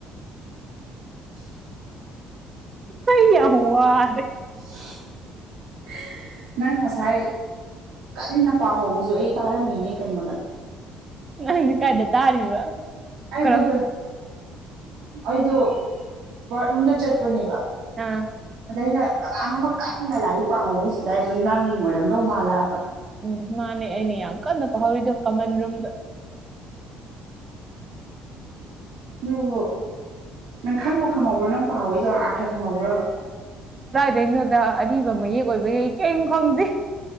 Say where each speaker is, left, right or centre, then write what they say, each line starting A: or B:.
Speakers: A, on the right; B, on the right.
A: <unintelligible>
B: ꯀ ꯌꯥꯍꯨ ꯋꯥꯔ
A: <unintelligible> ꯅꯪ ꯉꯁꯥꯏ ꯀꯟꯅ ꯄꯥꯍꯧꯕꯁꯨ ꯑꯩ ꯇꯥꯔꯝꯃꯤꯅꯦ ꯀꯩꯅꯣꯗ
B: ꯅꯪꯗꯤ ꯀꯥꯏꯗ ꯇꯥꯔꯤꯕ
A: ꯑꯩꯗꯣ
B: ꯀꯔꯝꯕ
A: ꯑꯩꯗꯣ ꯕꯥꯠꯔꯨꯝꯗ ꯆꯠꯄꯅꯦꯕ
B: ꯑꯥ
A: ꯁꯤꯗꯩꯗ ꯀꯅꯥꯅꯣꯝꯃ ꯀꯟꯅ ꯂꯥꯏꯔꯤꯛ ꯄꯥꯍꯧꯕꯁꯤꯗ ꯑꯩꯗꯣ ꯅꯪ ꯑꯣꯏꯔꯝꯗꯧ ꯃꯥꯜꯂꯛꯑꯕ
B: ꯎꯝ ꯃꯥꯅꯦꯅꯤ ꯑ ꯀꯜ ꯅ ꯍꯧꯥꯎꯗ ꯀꯃꯟ ꯔꯝꯗ
A: ꯑꯗꯨꯕꯨ ꯅꯪ ꯈꯪꯕ ꯈꯪꯍꯧꯕ꯭ꯔꯣ ꯅꯪ ꯄꯥꯏꯗꯣ ꯑꯥꯔꯊ ꯈꯪꯍꯧꯕ꯭ꯔꯕ
B: ꯀꯩꯅꯣꯗ ꯑꯔꯤꯕ ꯃꯌꯦꯛ ꯑꯣꯏꯕ ꯌꯥꯏ ꯀꯔꯤꯝ ꯈꯪꯗꯦ